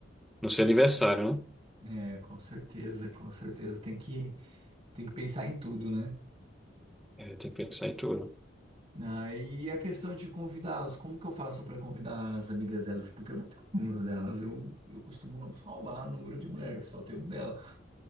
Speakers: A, in the centre; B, on the right (about 30°).
A: não ser aniversário, né?
B: É, com certeza, com certeza. Tem que, tem que pensar em tudo, né?
A: É, tem que pensar em tudo.
B: Ah, e a questão de convidá-los, como que eu faço para convidar as amigas delas? Porque eu não tenho o número delas, eu, eu costumo não salvar número de mulher, só tenho um dela.